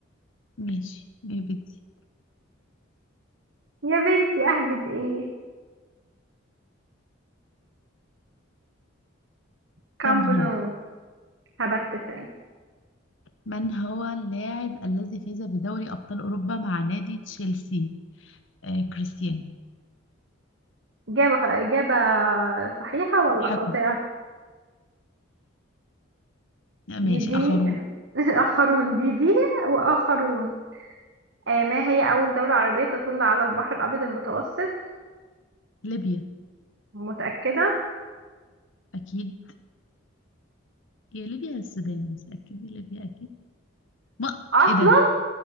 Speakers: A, on the left; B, on the right.
A: ماشي نبتدي
B: يا بنتي أهبد إيه كامب
A: كامب
B: نو
A: نو
B: هبت فعلا
A: من هو اللاعب الذي فاز بدوري ابطال اوروبا مع نادي تشيلسي آه كريستيانو
B: إجابة خ- إجابة صحيحة ولا
A: مضحكه
B: خاطئة
A: لا، ماشي
B: دي دي
A: اخرون
B: <laughs> آخرون دي دي وآخرون آه ما هي أول دولة عربية تطل على البحر الأبيض المتوسط
A: ليبيا
B: متأكدة
A: اكيد يا ليبيا يا السودان بس اكيد يا ليبيا اكيد ما
B: أصلا
A: ايه ده